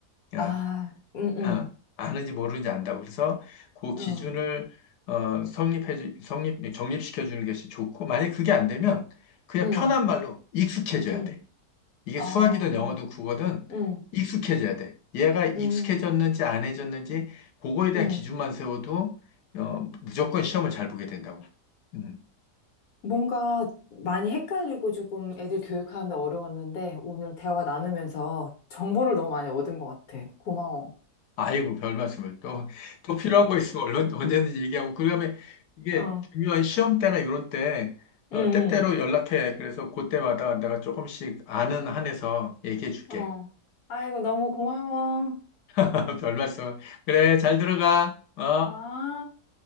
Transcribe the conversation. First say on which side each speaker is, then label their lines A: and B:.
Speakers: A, on the left; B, on the left.
A: 어.
B: 아, 음, 음,
A: 어, 아는지 모르는지 안다고. 그래서 그 기준을
B: 어,
A: 어, 성립해 주, 성립, 정립시켜 주는 것이 좋고, 만약에 그게 안 되면 그냥
B: 음,
A: 편한 말로 익숙해져야
B: 음.
A: 돼. 이게
B: 아,
A: 수학이든 영어든 국어든
B: 음,
A: 익숙해져야 돼. 얘가 익숙해졌는지
B: 음,
A: 안 해졌는지 그거에 대한
B: 음.
A: 기준만 세워도 어, 무조건 시험을 잘 보게 된다고. 음.
B: 뭔가 많이 헷갈리고 조금 애들 교육하는데 어려웠는데 오늘 대화 나누면서 정보를 너무 많이 얻은 것 같아. 고마워.
A: 아이고, 별 말씀을. 또, 또 필요한 거 있으면 얼른, 언제든지 얘기하고. 그다음에 이게
B: 어,
A: 중요한 시험 때나 이런 때, 어,
B: 음,
A: 때때로 연락해. 그래서 그때마다 내가 조금씩 아는 한에서 얘기해 줄게.
B: 음. 어. 아이고, 너무 고마워.
A: <laughs> 별 말씀을. 그래, 잘 들어가. 어?
B: 아.